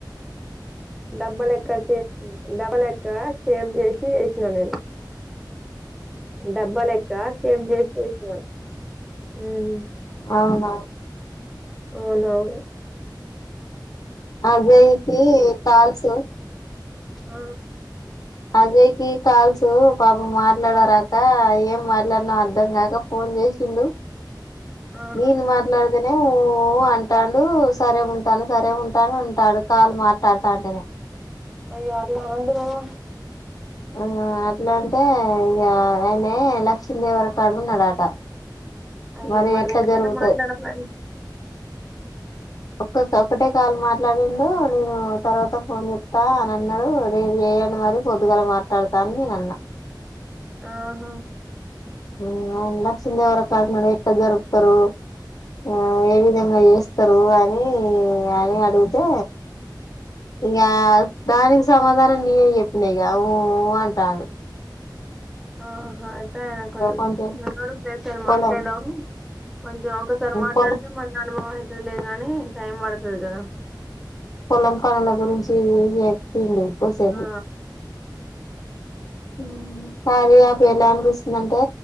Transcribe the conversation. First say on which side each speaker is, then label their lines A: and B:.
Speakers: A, in the centre; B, on the left (about 50°).
A: డబ్బా లెక్క షేప్ డబ్బాలెక్క షేప్ చేసి చేసిన నేను డబ్బా లెక్క షేప్ చేసి చేసినా హమ్
B: అవునా
A: అవున అవును
B: అజయికి కాల్స
A: ఆ
B: అజే కి కాల్సు పాప మాట్లాడరాాక ఏం మాట్లాడన అర్ధం కాక ఫోన్ చేసిండు
A: ఆహా
B: మిది మాట్లాడదనే ఊ అంటాడు సరే ఉంటాను సరే ఉంటాను అంటాడు కాలు మాట్లాాడు తాంటనే
A: అయ్యో అట్లా అన్నదు కదా
B: ఆ అట్లా అంటే ఇక ఆయనే లక్ష్మీదేవర కాడు ఉన్నాడట
A: అయ్యో
B: మరి
A: మర
B: ఎట్లా
A: ఏమైనా
B: జరుగుతది
A: మాట్లాడలా
B: ఒ ఒకక్కటే కాల్ మాట్లాడిడు నేను తర్వాత ఫోన్ చెత్త అని అన్నాడు నేను చేయను రే మరి పొద్దుగాల మాట్లాడతా అని నేన అన్నా
A: ఆహా
B: ఉమ్ ఆయన లక్ష్మి దేవర కాడునా ఎట్డ జరుపుతారు ఆ ఏ విధంగా చేస్తారు అని అని అడిగితే ఇగా
A: ఉమ్
B: దాని సమాధానం నేనే చెప్పినా యిక ఊ ఊ అంటాడు
A: ఆ యిదా కొంచెంన్న
B: కొంచెం
A: కూడా పసారు
B: పొలం
A: మాట్లాడ కొంచెం ఒకసారి మాట్లాడితే
B: పొలం
A: మళ్ అనుభవం లేదు కానీ టైం పడుతుంది కదా
B: పొలం పనుల గురించి చెప్పిండు ఒసేపు
A: ఆ
B: ఉమ్ కార్య అప్ ల ఇలా అనిపిస్తుందింటే